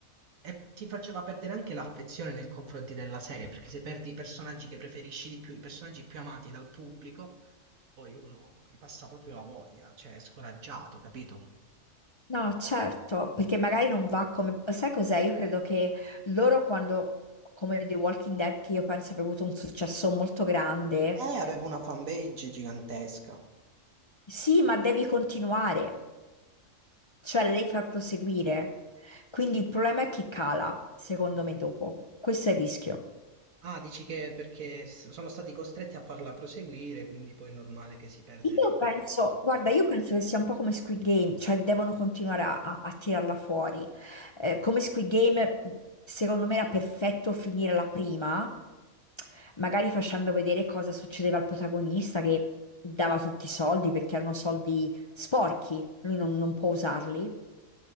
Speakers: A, on the right; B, on the left.
A: e ti faceva perdere anche l'affezione nei confronti della serie, perché se perdi i personaggi che preferisci di più, i personaggi più amati dal pubblico, poi uno gli passa proprio la voglia, cioè è scoraggiato, capito?
B: No, certo, perché magari non va come... Sai cos'è? Io credo che loro quando, come The Walking Dead, che io penso abbia avuto un successo molto grande,
A: Eh, aveva una fanpage gigantesca.
B: sì, ma devi continuare, cioè la devi far proseguire. Quindi il problema è che cala, secondo me, dopo. Questo è il rischio.
A: Ah, dici che perché s- sono stati costretti a farla proseguire, quindi poi è normale che si perde
B: Io
A: il significato.
B: penso, guarda, io penso che sia un po' come Squid Game, cioè devono continuare a, a- a tirarla fuori. Eh, come Squid Game, secondo me era perfetto finire la prima, magari facendo vedere cosa succedeva al protagonista che dava tutti i soldi perché erano soldi sporchi, lui non, non può usarli.